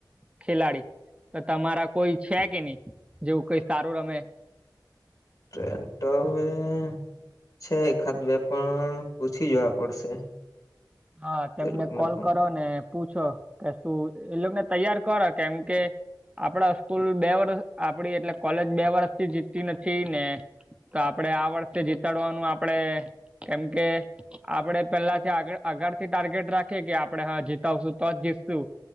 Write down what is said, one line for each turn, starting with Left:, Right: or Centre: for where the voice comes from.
Right: ખેલાડી, તો તમારા કોઈ છે કે નહી, જેવું કઈ સારું રમે?
Left: <unintelligible> છે એખાદ બે પણ, પૂછી જોવા પડશે.
Right: હા તેમને
Left: તે લોકોને
Right: કોલ
Left: પણ
Right: કરો ને. પૂછો કે શું, એ લોકોને તૈયાર કરો, કેમ કે- આપડા સ્કૂલ બે વરસ આપડી એટલે કોલેજ બે વરષથી જીતતી નથી ને. તો આપડે આ વર્ષે જીતાડવાનું આપડે કેમ કે આપડે પેલાથી આગળ આગળ થી ટાર્ગેટ રાખીએ કે આપડે હા જીતાવશું તોજ જીતશું.